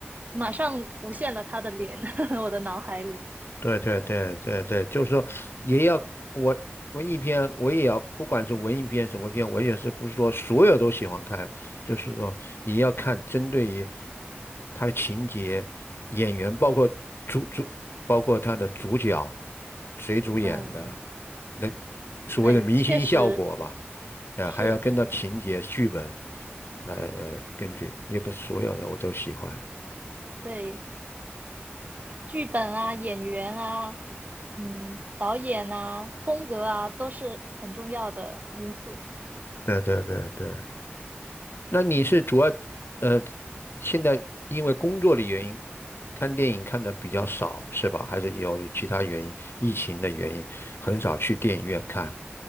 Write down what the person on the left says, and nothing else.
对对对对对，就是说也要我文艺片，我也要不管是文艺片什么片，我也是不是说所有都喜欢看，就是说也要看针对于他的情节、演员，包括主主，包括他的主角谁主演的，
那所谓的明星效果吧，
啊，
还要跟到情节、剧本来来根据，也不是所有的我都喜欢。
对对对对。那你是主要呃，现在因为工作的原因，看电影看的比较少是吧？还是有其他原因，疫情的原因，很少去电影院看。